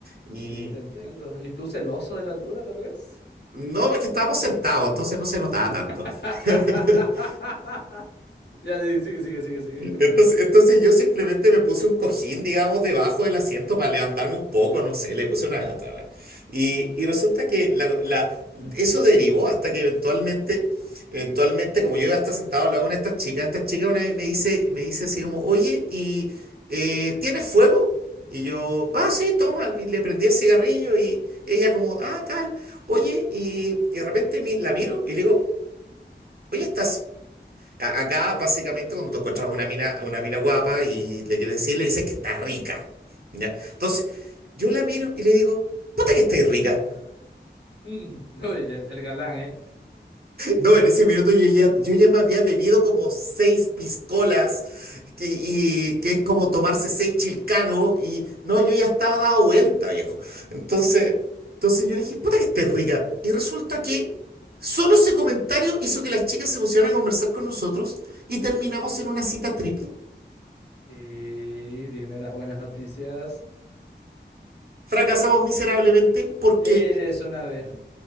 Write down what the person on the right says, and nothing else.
Y
no, porque estábamos sentados, entonces no se notaba
tanto. <laughs>
Entonces, entonces yo simplemente me puse un cojín, digamos, debajo del asiento para levantarme un poco, no sé, le puse una gata, weón. Y, y resulta que la- la- eso derivó hasta que eventualmente, eventualmente, como yo iba a estar sentado al lado de una de estas chicas, esta chica una vez me dice, me dice así como, oye, ¿y eh, tienes fuego? Y yo, ah, sí, toma, y le prendí el cigarrillo y ella como, ah, tal, oye, y, y de repente mi- la miro y le digo, oye, ¿estás, a- Acá, básicamente, cuando tú encuentras una mina, una mina guapa y le quieres decir, le dices que está rica. ¿Ya? Entonces, yo la miro y le digo, puta que estáis rica. <laughs>
No, en ese minuto yo ya, yo ya me había bebido como seis piscolas, que, y, que es como tomarse seis chilcanos, y no, yo ya estaba dado vuelta, viejo. Entonces, entonces yo le dije, puta que estáis rica. Y resulta que solo ese comentario hizo que las chicas se pusieran a conversar con nosotros y terminamos en una cita triple.
Fracasamos miserablemente porque,